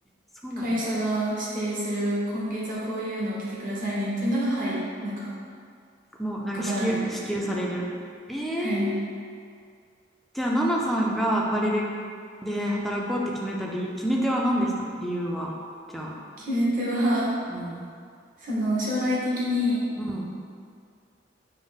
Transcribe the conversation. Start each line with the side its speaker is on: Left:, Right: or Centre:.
Centre: そうなの
Right: 会社が指定する、今月はこういうのを着てくださいねっていうのが、はい、なんか、
Centre: もう、なんか支給、
Right: 配られるっていうか、
Centre: 支給されるえー、
Right: はい。
Centre: じゃあ、ナナさんがアパレルで働こうって決めた理、決め手は何でした理由は。じゃあ、
Right: 決め手は、
Centre: うん。
Right: その将来的に
Centre: うん。